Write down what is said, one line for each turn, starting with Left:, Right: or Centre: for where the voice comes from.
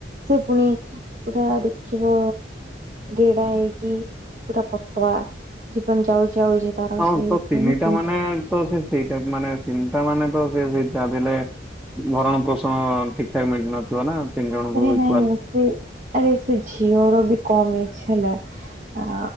Right: ସେ ପୁଣି ପୁରା ଦେଖିବ ଗେଡା଼ ହେଇକି ପୁରା ପତଳା। ଜୀବନ ଯାଉଚି ଆଉଚି ତାର।
Centre: ହଁ,
Right: ସେଇ
Centre: ତ ତିନିଟା
Right: ପିନ୍ଧା
Centre: ମାନେ, ତ ସେ ଦିଟା ମାନେ ତିନିଟା ମାନେ, ତ ସେ ସେଇଟା ଦେଲେ। ଭରଣ ପୋଷଣ ଠିକଠାକ ମିଳି ନଥିବ ନା? ତିନି ଜଣଙ୍କୁ
Right: ଆରେ ନାଇଁ
Centre: ଇକ୍ୱାଲ।
Right: ଏ ଆରେ ଏ ସେ ଝିଅର ବି କମ୍ ଇଚ୍ଛା ହେଲା। ଆ